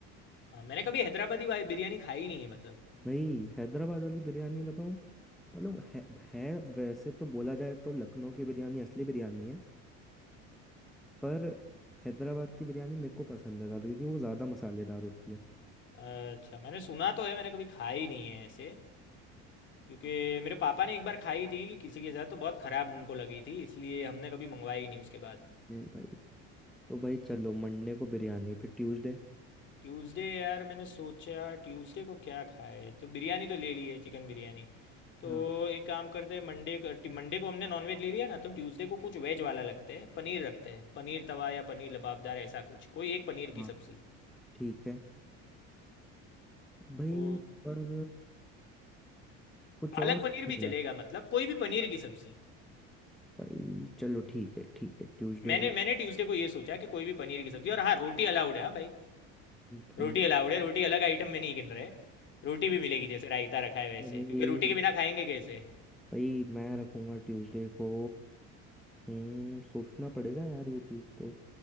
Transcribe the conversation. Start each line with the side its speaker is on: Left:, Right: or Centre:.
Left: हाँ, मैंने कभी हैदराबादी वाली बिरयानी खाई नहीं है मतलब
Centre: भाई हैदराबाद वाली बिरयानी बताऊँ मतलब है, है वैसे तो बोला जाए तो लखनऊ की बिरयानी असली बिरयानी है पर हैदराबाद की बिरयानी मेरे को पसंद है ज़्यादा क्योंकि वो ज़्यादा मसालेदार होती है
Left: अच्छा मैंने सुना तो है मैंने कभी खाई नहीं है ऐसे क्योंकि मेरे पापा ने एक बार खाई थी कि किसी के साथ तो बहुत ख़राब उनको लगी थी इसलिए हमने कभी मंगवाई ही नहीं उसके बाद
Centre: ये भाई तो भाई चलो मंडे को बिरयानी फिर ट्यूसडे
Left: ट्यूसडे यार मैंने सोचा ट्यूसडे को क्या खाए तो बिरयानी तो ले ली है चिकन बिरयानी तो
Centre: हाँ
Left: एक काम करते हैं मंडे को मंडे को हमने नॉनवेज ले लिया ना तो ट्यूसडे को कुछ वेज वाला लगते हैं पनीर रखते हैं पनीर तवा या पनीर लबाबदार ऐसा कुछ कोई एक पनीर
Centre: हाँ
Left: की सब्ज़ी
Centre: ठीक है भाई
Left: तो
Centre: पर कुछ
Left: पालक
Centre: और
Left: पनीर भी
Centre: यार
Left: चलेगा मतलब कोई भी पनीर की सब्जी
Centre: भाई चलो ठीक है ठीक है ट्यूसडे
Left: मैंने
Centre: को
Left: मैंने ट्यूसडे को ये सोचा कि कोई भी पनीर की सब्जी और हाँ रोटी अलाउड है हाँ भाई
Centre: भाई
Left: रोटी अलाउड है रोटी अलग आइटम में नहीं गिन रहे रोटी भी मिलेगी जैसे रायता रखा है वैसे
Centre: भाई
Left: क्योंकि रोटी के बिना खाएंगे कैसे
Centre: भाई मैं रखूंगा ट्यूसडे को हम्म सोचना पड़ेगा यार ये चीज़ तो